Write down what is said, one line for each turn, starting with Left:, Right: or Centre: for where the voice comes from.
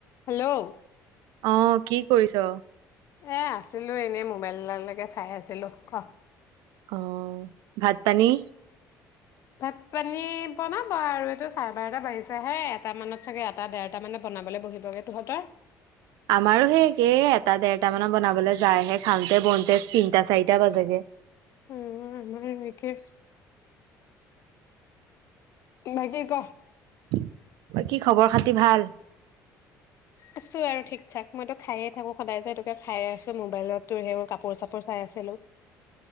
Left: Hello
Right: অ কি কৰিছ?
Left: এ আছিলো এনেই মোবাইললৈকে চাই আছিলো ক,
Right: আহ ভাত পানী!
Left: ভাত পানী বনাব আৰু টো চাৰে বাৰটা ব বাঢিছে হে এটা মানত চাগে এটা দেৰটা মানে বনাবলৈ বহিবগে তহঁতৰ!
Right: আমাৰো সেইেই একেই, এটা দেৰটা মানত বনাবলৈ যায়হে খাওঁতে বওঁতে তিনটা চাৰিটা বাজাগে।
Left: উম আমইেনেকে <unintelligible> বাকি ক!
Right: <inaudible> কি খবৰ খাতি ভাল!
Left: আছো আৰু ঠিক ঠাক মই তো খাইে থাকো সদায় যে সেইটোকে খাইে আছো মোবাইলতো সেইবোৰ কাপোৰ চাপোৰ চাই আছিলো।